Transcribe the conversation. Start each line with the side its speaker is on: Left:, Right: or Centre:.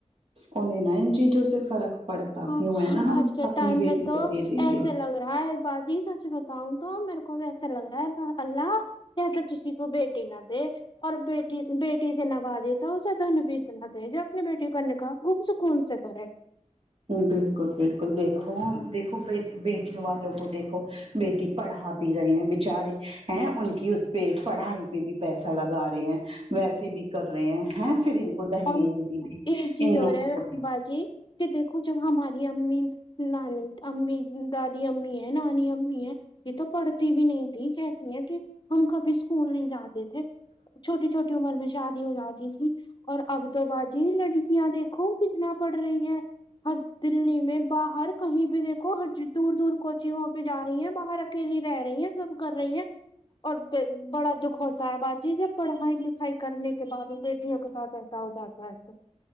Right: انہیں نا ان چیزوں سے فرق پڑتا
Left: ہاں
Right: یوں ہے نا ہم
Left: آج کے
Right: اپنی
Left: ٹائم
Right: بیٹی
Left: میں تو
Right: کو دے دیں
Left: ایسے
Right: گے
Left: لگ رہا ہے باجی سچ بتاؤں تو میرے کو بھی ایسا لگ رہا بس اللہ پھر تو کسی کو بیٹی نا دے اور بیٹی بیٹی سے نوازے تو اسے دھن بھی اتنا دے جو اپنے بیٹی کا نکاح خوب سکون سے کرے
Right: بالکل بالکل دیکھو دیکھو بیٹیوں والوں کو دیکھو بیٹی پڑھا بھی رہی ہیں بیچارے ہیں ان کی اس پہ پڑھائی پہ بھی پیسہ لگا تے ہیں ویسے بھی کر رہے ہیں ہیں پھر ان کو دہیز
Left: اور
Right: بھی دے
Left: ایک چیز
Right: ان لوگوں
Left: اور ہے
Right: کو
Left: باجی کہ دیکھو جب ہماری امی نا امی داد امی ہے نانی امی ہے یہ تو پڑھتی بھی نہیں تھی کہتی ہیں کہ ہم کبھی اسکول نہیں جاتے تھے چھوٹی چھوٹی عمر میں شادی ہو جاتی تھی اور اب تو باجی لڑکیاں دیکھو کتنا پڑھ رہی ہیں ہر دلی میں باہر کہیں بھی دیکھو ہ دور دور کوچنگ وہ پہ جا رہی ہیں باہر کے لیے رہ رہی ہیں سب کر رہی ہیں اور بڑا دکھ ہوتا ہے باجی جب پڑھائی لکھائی کرنے کے بعد بھی بیٹیوں کے ساتھ کیسا ہو جاتا ہے تو